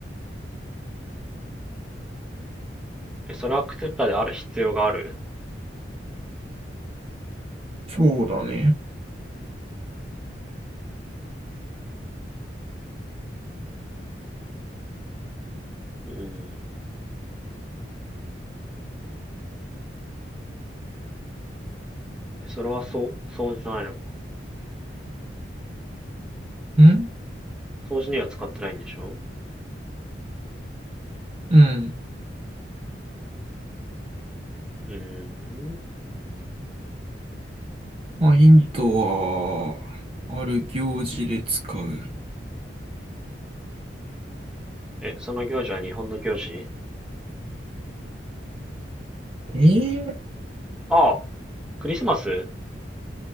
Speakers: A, in the centre; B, on the right.
A: え、それはクテッタである必要がある
B: そうだね。
A: うーん。それはそう、掃除じゃないのか。
B: ん
A: 掃除には使ってないんでしょ
B: うん。
A: うーん。
B: まあ、ヒントは、ある行事で使う。
A: え、その行事は日本の行事
B: えー、
A: ああ、クリスマス。